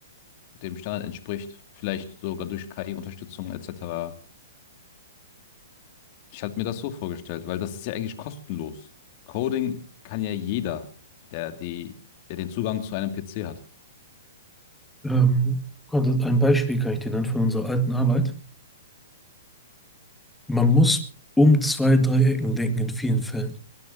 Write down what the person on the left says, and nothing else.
dem Standard entspricht. Vielleicht sogar durch KI-Unterstützung etc. Ich hatte mir das so vorgestellt, weil das ist ja eigentlich kostenlos. Coding kann ja jeder, der, die, der den Zugang zu einem PC hat.